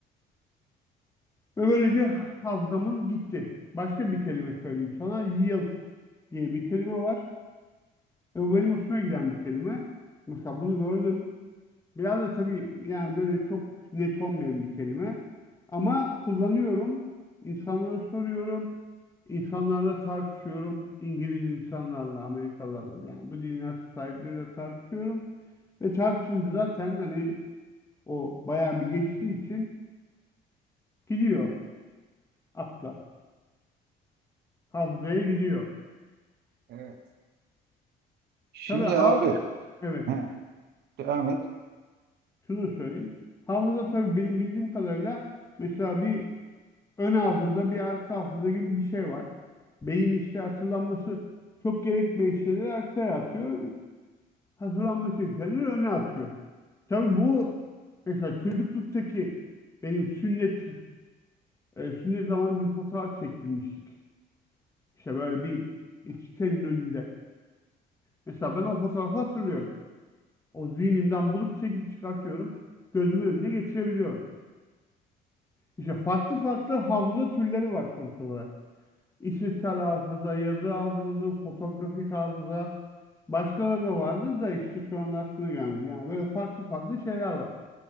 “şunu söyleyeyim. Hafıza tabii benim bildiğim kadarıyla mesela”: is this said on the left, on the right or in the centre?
Left